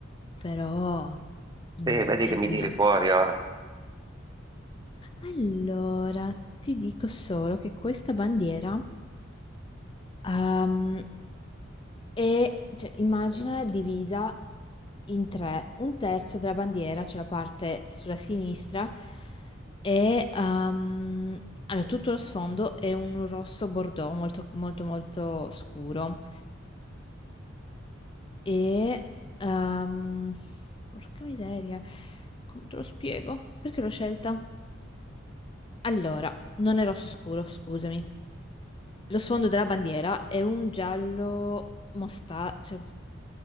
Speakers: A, on the left; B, on the right.
A: però non
B: sì,
A: l'avevo
B: vedi
A: mai
B: che
A: indovinata.
B: mi tiri fuori ora.
A: Allora ti dico solo che questa bandiera ehm, E cioè, immagina divisa in tre, un terzo della bandiera, cioè la parte sulla sinistra, e ehm, allora, tutto lo sfondo è un rosso bordeaux molto molto molto scuro. E ehm, porca miseria, come te lo spiego? Perché l'ho scelta? Allora, non è rosso scuro, scusami. Lo sfondo della bandiera è un giallo mosta, cioè